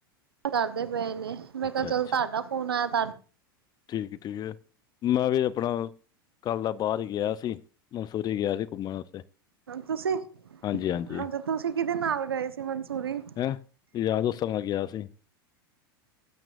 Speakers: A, on the right (about 85°); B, on the left (about 35°).
A: ਕਰਦੇ ਪਏ ਨੇ ਮੈਂ
B: ਅੱਛਾ,
A: ਕਿਆ ਚੱਲ
B: ਅੱਛਾ।
A: ਤਾਡਾ ਫੋਨ ਆਇਆ ਤਾ
B: ਠੀਕ ਏ, ਠੀਕ ਏ ਮੈਂ ਵੀ ਆਪਣਾ ਕੱਲ੍ਹ ਦਾ ਬਾਰ ਈ ਗਿਆ ਸੀ, ਮਨਸੁਰੀ ਗਿਆ ਸੀ ਘੁੰਮਣ ਵਾਸਤੇ,
A: ਤੁਸੀਂ
B: ਹਾਂਜੀ-ਹਾਂਜੀ
A: ਅੱਛਾ ਤੁਸੀਂ ਕਿਦੇ ਨਾਲ ਗਏ ਸੀ ਮਨਸੂਰੀ?
B: ਮੈਂ ਯਾਰ ਦੋਸਤਾਂ ਨਾਲ ਗਿਆ ਸੀ।